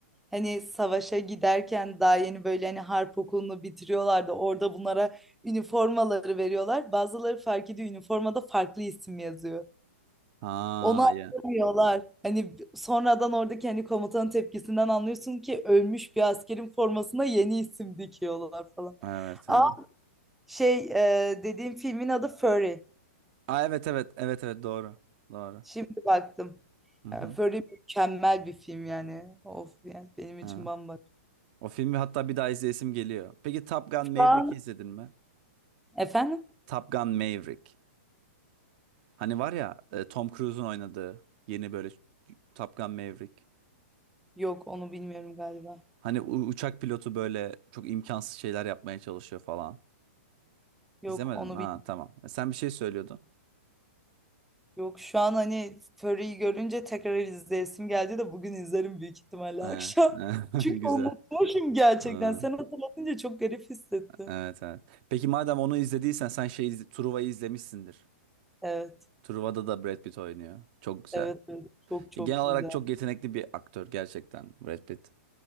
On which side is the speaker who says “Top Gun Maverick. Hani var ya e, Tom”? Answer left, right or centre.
Right